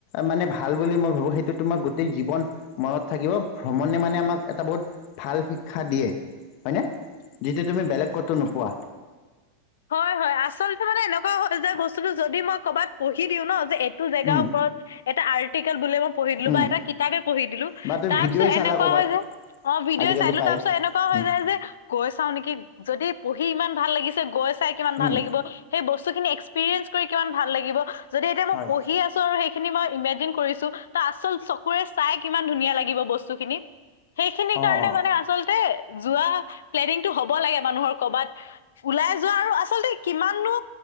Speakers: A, on the left; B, on the left.
A: মানে ভাল বুলি মই ভাবো সেই তোমাৰ গোটেই জীৱন মনত থাকিব ভ্ৰমণে মানে আমাক এটা বহুত ভাল শিক্ষা দিয়ে হয়নে যিটো তুমি বেলেগ ক'তো নোপোৱা
B: হয় হয় আচলতে মানে এনেকোৱা যে বস্তুটো যদি মই ক'ৰবাত পঢ়ি দিও ন যে এইটো জেগাৰ
A: উম
B: ওপৰত এটা আৰ্টিকেল বুলি মই পঢ়ি দিলো
A: উম
B: বা এটা কিতাপে পঢ়ি দিলো
A: বা তুমি
B: তাৰ
A: ভিডিঅ'ই
B: পিছত
A: চালা
B: এনেকোৱা
A: ক'ৰবাত
B: হয় যে অ ভিডিঅ'
A: আজিকালি
B: চাই দিলো
A: পাই
B: তাৰপিছত এনেকোৱা হৈ
A: উম
B: যায় যে গৈ চাও নেকি যদি পঢ়ি ইমান ভাল লাগিছে গৈ চাই কিমান ভাল
A: উম
B: লাগিব সেই বস্তুখিনি এক্সপিৰিয়েন্ঞ্চ কৰি কিমান ভাল লাগিব যদি এতিয়া মই
A: হয়
B: পঢ়ি আছো আৰু সেই খিনি মই ইমেজিন কৰিছো ত আচল চকুৰে চাই কিমান ধুনীয়া লাগিব বস্তুখিনি সেইখিনিৰ কাৰণে
A: অ অ
B: মানে আচলতে যোৱা প্লেনিংটো হ'ব লাগে মানুহৰ কৰবাত ওলাই যোৱা আৰু আচলতে কিমাননো